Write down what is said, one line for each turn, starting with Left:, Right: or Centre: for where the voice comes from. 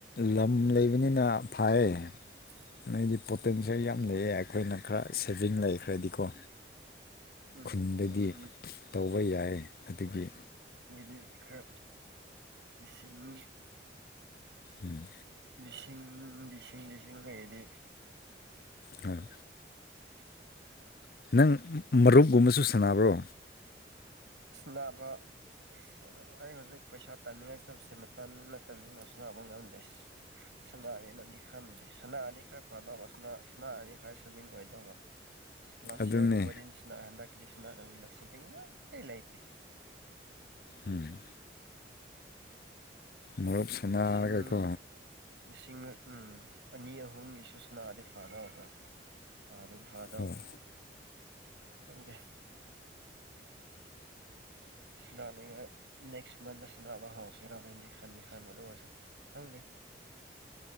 Left: ꯂꯝ ꯂꯩꯕꯅꯤꯅ ꯐꯥꯏꯌꯦ
Right: <inaudible>
Left: ꯅꯣꯏꯗꯤ ꯄꯣꯇꯦꯟꯁꯤꯌꯦꯜ ꯌꯥꯝ ꯂꯩꯑꯦ ꯑꯩꯈꯣꯏꯅ ꯈꯔ ꯁꯦꯚꯤꯡ ꯂꯩꯈ꯭ꯔꯗꯤꯀꯣ
Right: ꯎꯝ
Left: ꯈꯨꯟꯗꯗꯤ
Right: ꯑꯗꯨꯕꯨꯗꯤ
Left: ꯇꯧꯕ ꯌꯥꯏ ꯑꯗꯨꯒꯤ
Right: ꯂꯩ ꯈ ꯏꯁꯤꯡ
Left: ꯎꯝ
Right: ꯁꯤꯡ ꯂꯤꯁꯤꯡ ꯂꯤꯁꯤꯡ ꯂꯩꯗꯤ
Left: ꯍꯣꯏ
Right: <inaudible>
Left: ꯅ ꯅꯪ ꯃꯔꯨꯞꯀꯨꯝꯕꯁꯨ ꯁꯥꯟꯅꯕ꯭ꯔꯣ
Right: ꯅꯕ ꯑꯁ ꯑꯩ ꯍꯧꯖꯤꯛ ꯄꯩꯁꯥ ꯇꯥꯅꯤꯡꯉꯥꯏ ꯆꯕꯁꯦ ꯃꯇꯝ ꯅꯠꯇꯕꯅꯤꯅꯁꯕ ꯉꯝꯗꯦꯁ ꯁꯅꯥ ꯌꯦꯅꯗꯤ ꯈꯪꯅꯤ ꯁꯅꯥ ꯑꯅꯤ ꯈꯔ ꯄꯥꯗꯕ ꯁꯅꯥ ꯑꯅꯤ ꯈꯔ ꯁꯦꯕꯤꯡ ꯑꯣꯏꯗꯧꯕ ꯂꯥꯁ
Left: ꯑꯗꯨꯅꯦ
Right: ꯌꯥꯔꯒꯨꯝꯃꯗꯤꯁꯤꯅ ꯍꯦꯟꯗ ꯀꯔꯤꯁꯤꯅꯄ ꯂꯩ ꯂꯩꯇ
Left: ꯎꯝ ꯃꯔꯨꯞ ꯁꯥꯟꯅꯔꯒꯀꯣ
Right: ꯁꯤꯡ ꯆꯤꯡ ꯎꯝ ꯑꯅꯤ ꯑꯍꯨꯝꯒꯤꯁꯨ ꯁꯅꯥꯗꯤ ꯐꯥꯅꯕꯕ꯭ꯔ ꯑꯥꯃꯤ ꯐꯥꯗꯧꯅꯦ
Left: ꯍꯣꯏ
Right: ꯍꯗ ꯁꯅꯥꯅꯉ ꯅꯦꯛꯁ ꯃꯟ ꯁꯅꯥꯕ ꯍꯥꯎꯁꯦꯔꯅꯗꯤ ꯈꯪꯗꯦ ꯈꯪꯕꯗ ꯑꯣꯏꯔꯁ ꯈꯪꯗꯦ